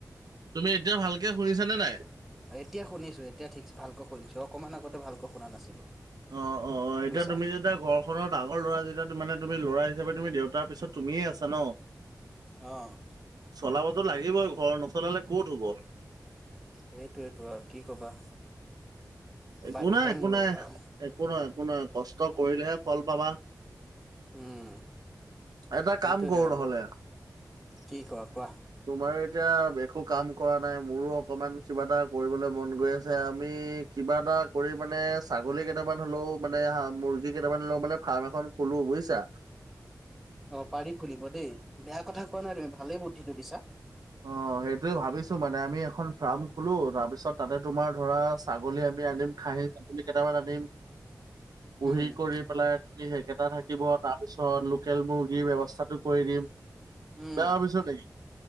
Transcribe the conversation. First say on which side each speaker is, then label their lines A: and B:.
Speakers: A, on the right (about 70°); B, in the centre.
A: তুমি এতিয়া ভালকে শুনিছাঁ নে নাই?
B: এতিয়া শুনিছোঁ এতিয়া ঠিক ভালকৈ শুনিছোঁ অকমান আগতে ভালকৈ শুনা নাছিলো।
A: অ অ', এতিয়া
B: বুজিছা
A: তুমি যেতিয়া ঘৰখনৰ ডাঙৰ ল'ৰা যেতিয়া মানে তুমি ল'ৰাই হিচাপে তুমি দেউতাৰ পিছত তুমিয়ে আছা ন?
B: অহ'।
A: চলাবটো লাগিবই ঘৰ নচলালে ক'ত হ'ব।
B: সেইটোৱেইটো আৰু কি কবা।
A: একো
B: বাধ্যতামূলক
A: নাই একো নাই
B: আৰু
A: একো নহয় একো নহয় কষ্ট কৰিলেহে ফল পাবা।
B: উম
A: এটা
B: সেইটোয়ে
A: কাম কৰোঁ
B: আৰু
A: নহ'লে,
B: কি কোৱা কোৱা
A: তোমাৰো এতিয়া একো কাম কৰা নাই। মোৰো অকমান কিবা এটা কৰিবলে মন গৈ আছে আমি কিবা এটা কৰি মানে ছাগলী কেইটামান হ'লেও মানে হা মুৰ্গী কেইটামান হলেও মানে ফাৰ্ম এখন খোলো। বুজিছা,
B: অ পাৰি খুলিব দেই। বেয়া কথা কোৱা নাই তুমি ভালেই বুদ্ধিটো দিছা।
A: অ, সেইটোয়ে ভাবিছোঁ মানে আমি এখন ফাৰ্ম খোলো। তাৰপিছত তাতে তোমাৰ ধৰা ছাগলী আমি আনিম খাহি মুৰ্গী কেইটামান আনিম পুহি
B: উম
A: কৰি পেলাই তুমি সেইকেইটা থাকিব তাৰ পিছত পিছত লোকেল মুৰ্গীৰ ব্যৱস্থাটো কৰি দিম
B: উম
A: বেয়া ভাবিছোঁ নেকি?